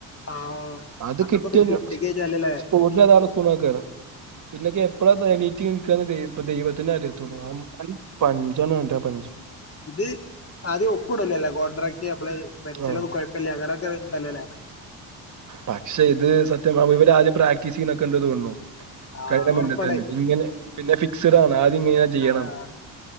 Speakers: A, on the left; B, on the right.
A: ആഹ്
B: അത്
A: അതൊക്കൊന്ന്
B: കിട്ടിയന്നു
A: കിട്ടിക്കഴിഞ്ഞാലല്ലേ
B: സ്പ്പോട്ടില് അതളക്കണ <unintelligible> പിന്നെക്കെ പ്രത് എനി ത്തിനിൽക്കാ ന്ന്ള്ളത് പ്പ ദൈവ ദൈവത്തിനെ അറിയത്തുള്ളൂ
A: ഉം
B: ആ പഞ്ച മാണ്ടാ പ
A: ഇത് ആദ്യം ഒപ്പിടലല്ലേ കോൺട്രാക്ട് നമ്മള് മരിച്ചല്ലോന്നും
B: ആഹ്
A: കുഴപ്പല്ല അങ്ങനെ ങ്ങനെണ്ടല്ലൊല്ലേ
B: പക്ഷെ <unintelligible> ഇവര് ആദ്യം പ്രാക്ടീസ് ചെയ്യ്ണ കണ്ട് തോന്ന്ണു
A: ആഹ്
B: കഴിഞ്ഞ
A: ഒറപ്പാണ്
B: മുമ്പത്തെന്നെ ഇങ്ങനെ പിന്നെ ഫിക്സഡാണ് ആദ്യം ഇങ്ങനെ ചെയ്യണം
A: ആഹ്